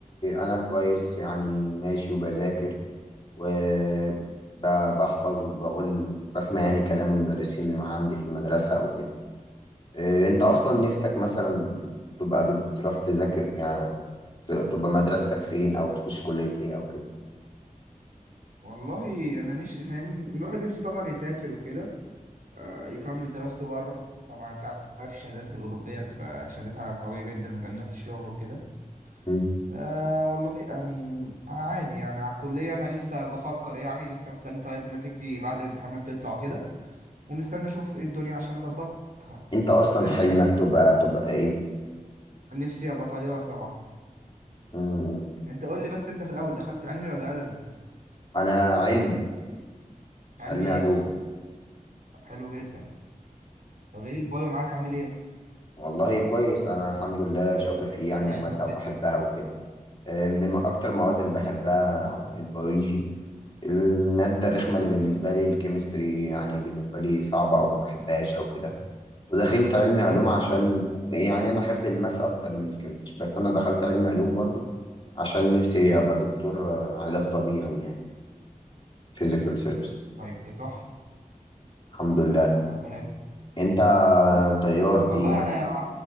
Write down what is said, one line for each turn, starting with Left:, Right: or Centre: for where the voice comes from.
Left: انا كويس يعني ماشي وبذاكر وبحفظ وبقول بسمع يعني كلام المدرسين اللي معاه عندي في المدرسة وكده إيه انت
Right: تمام
Left: اصلا نفسك مثلا تبقى بتروح تذاكر يعني ت- تبقى مدرستك فين او تخش كلية ايه او كده
Right: والله انا نفسي فاهم الواحد نفسه طبعا يسافر وكده آه يكمل دراسته بره طبعا انت عارف الشهادات الاوروبية بتبقى شهادتها قوية جدا وجميلة في الشغل وكده
Left: مم.
Right: آه والله يعني عادي يعني على الكلية انا لسه بفكر يعني لسه مستني طيب نتيجتي بعد الامتحانات تطلع وكده ومستني اشوف ايه الدنيا عشان اظبطها
Left: انت اصلا
Right: انت فاهم
Left: حلمك تبقى تبقى ايه؟
Right: نفسي ابقى طيار طبعا
Left: مم.
Right: انت قول لي بس انت في الاول دخلت علمي ولا ادبي
Left: انا علمي
Right: علمي
Left: علمي علوم
Right: ايه طب حلو جدا طب ايه البايو معاك عامل ايه
Left: والله كويس انا الحمد لله شاطر فيه يعني
Right: يعني
Left: وماده
Right: انت بت...
Left: وبحبها وكده آه، من الم- اكتر المواد اللي بحبها
Right: اه
Left: البيولوجي الماده الرخمه اللي بالنسبه لي الكيمستري يعني بالنسبه لي صعبه او ما بحبهاش او كده ودخلت علمي
Right: ليه
Left: علوم
Right: ده
Left: عشان يعني انا احب الماس اكتر من الكيمستري بس انا دخلت علمي علوم برضو عشان نفسي ابقى دكتور آه، علاج طبيعي يعني فيزيكال سيرفيس
Right: طيب ده تحفه
Left: الحمد لله
Right: طب حلو
Left: انت طيار دي
Right: والله
Left: يعني
Right: انا يا...